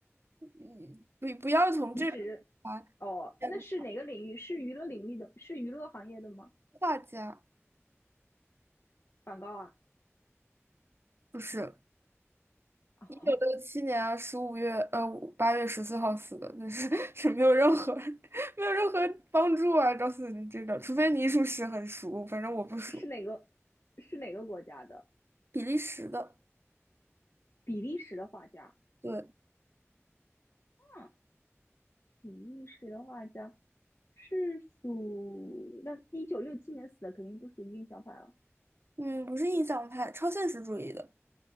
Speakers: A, on the right (about 55°); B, on the left (about 60°).
A: 嗯，不不要从这边来
B: 你指哦，
A: 嗯，
B: 那是哪个领域？是娱乐领域的？是娱乐行业的吗？
A: 画家，
B: 梵高啊？
A: 不是
B: 啊，
A: 一九六七年啊十五月呃八月十四号死的，那是 <laughs> 是没有任何 <laughs> 没有任何帮助啊，告诉你这个，除非你属实很熟，反正我不熟。
B: 是哪个？是哪个国家的？
A: 比利时的，
B: 比利时的画家。
A: 对，
B: 嗯，比利时的画家是属那一九六七年死的，肯定不属于印象派了。
A: 嗯，不是印象派，超现实主义的，